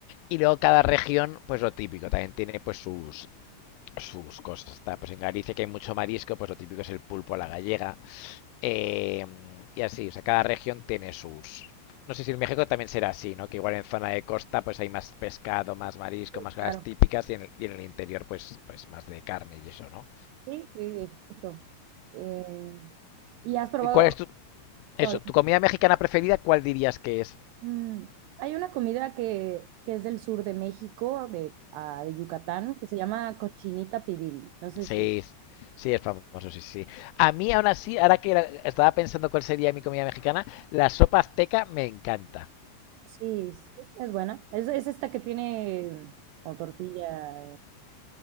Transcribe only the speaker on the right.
sí,
claro.
Sí, sí, justo. Eh, ¿y has probado?
no,
mm, hay una comida que, que es del sur de México, de, ah, de Yucatán, que se llama cochinita pibil. No sé
si...
Sí, sí, es buena. Es, es esta que tiene como tortilla eh,